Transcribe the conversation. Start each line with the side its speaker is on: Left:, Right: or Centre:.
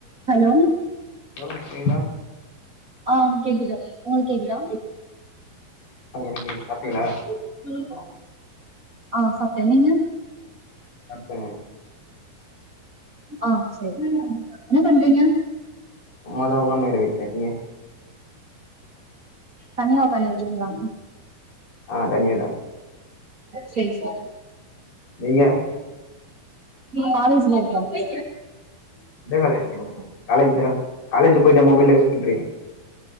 Right: Hello
Left: hello செய்தா
Right: ஆ கேக்குது உங்களுக்கு கேக்குதா
Left: எனக்கு கேக்குது சாப்ட்டீங்களா
Right: <unintelligible> ஆ சாப்ட்டே நீங்க
Left: சாப்டேங்க
Right: ஆ சரி என்ன பண்றீங்க
Left: சும்மாதா உக்காந்துக்கர வீட்ல நீயி
Right: தனியா உக்காந்துருகீங்களா
Left: ஆ தனியாதா
Right: சரி சா
Left: நீங்க
Right: காலேஜ்ல இருக்கே
Left: எந்த காலேஜ் காலேஜ்க்கா காலேஜ்ல போயிட்டா மொபைல் யூஸ் பண்றிங்க